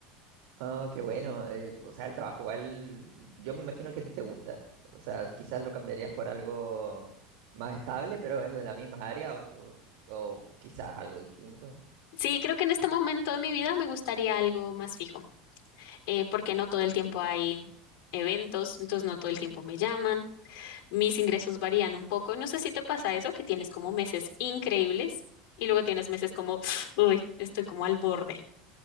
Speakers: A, on the right (about 70°); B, on the left (about 65°).
A: Oh, qué bueno. eh, o sea, el trabajo igual, yo me imagino que a ti te gusta. O sea, quizás lo cambiarías por algo más estable, pero en la la misma área o, o- o quizás algo distinto.
B: Sí, creo que en este momento de mi vida me gustaría algo más fijo, eh, porque no todo el tiempo hay eventos, entonces no todo el tiempo me llaman, mis ingresos varían un poco. No sé si te pasa eso, que tienes como meses increíbles y luego tienes meses como, <sniffs> uy, estoy como al borde.